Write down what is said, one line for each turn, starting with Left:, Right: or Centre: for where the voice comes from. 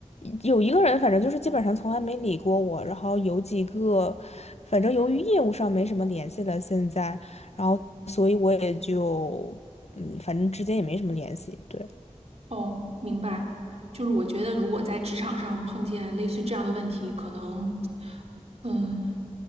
Left: 有一个人，反正就是基本上从来没理过我，然后有几个，反正由于业务上没什么联系了，现在，然后所以我也就，嗯，反正之间也没什么联系，对。
Right: 哦，明白。就是我觉得，如果在职场上碰见类似这样的问题，可能，嗯，